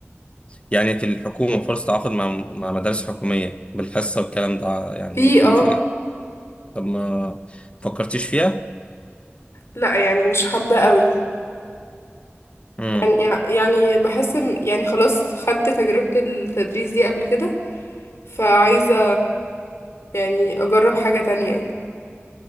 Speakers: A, on the left; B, on the left.
A: يعني في الحكومة فرص تعاقد مع مع مدارس حكومية بالحصة والكلام ده يعني
B: في
A: في
B: اه
A: في طب ما فكرتيش فيها
B: لا يعني مش حابة قوي
A: امم
B: يعني يعني بحس ان يعني خلاص خدت تجربة التدريس دي قبل كده فعايزة يعني اجرب حاجة تانية يعني